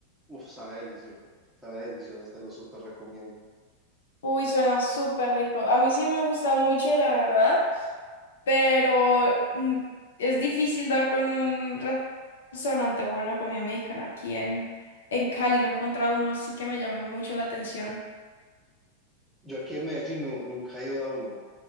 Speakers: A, in the centre; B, on the left.
A: uff, sabe delicioso, sabe delicioso, te lo súper recomiendo.
B: Uy, suena súper rico. A mí sí me gusta mucho, la verdad, pero mm, es difícil dar con un restaurante bueno de comida mexicana aquí en, en Cali. No he encontrado uno así que me llame mucho la atención.
A: Yo aquí en Medellín nu- nunca he ido a uno,